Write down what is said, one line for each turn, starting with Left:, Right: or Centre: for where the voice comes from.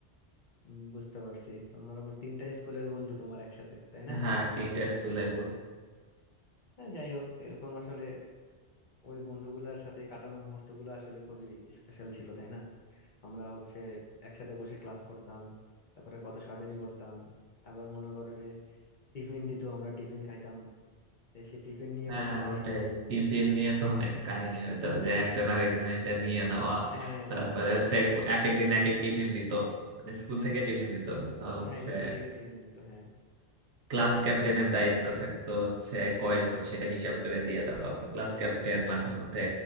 Left: হুম, বুঝতে পারছি তোমার আমার তিনটা স্কুলের বন্ধু তোমার একসাথে তাই না
Right: হ্যাঁ তিনটা স্কুলের
Left: সবগুলো
Right: বোন
Left: না, যাই হোক এরকম আসলে ওই বন্ধুগুলোর সাথে কাটানো মুহূর্ত গুলো আসলে খুবই স্পেশাল ছিল তাই না আমরা হচ্ছে একসাথে বসে ক্লাস করতাম তারপরে কত শয়তানি করতাম আবার মনে করো যে টিফিন দিত আমরা টিফিন খাইতাম এই সে টিফিন নিয়ে
Right: হ্যাঁ
Left: কত কাহিনী
Right: ওটাই টিফিন নিয়ে তো অনেক কাহিনী হতো যে একজন আর একজন এটা নিয়ে নেওয়া
Left: হ্যাঁ
Right: তারপরে হচ্ছে এক একদিন এক এক টিফিন দিত মানে স্কুল
Left: হ্যাঁ
Right: থেকে টিফিন দিত তো হচ্ছে
Left: হ্যাঁ স্কুল থেকে টিফিন দিত হ্যাঁ
Right: ক্লাস ক্যাপ্টেনের দায়িত্ব থাকতো হচ্ছে কয়জন সেটা হিসাব করে দিয়ে দেওয়া হতো ক্লাস ক্যাপ্টেন মাঝে মধ্যে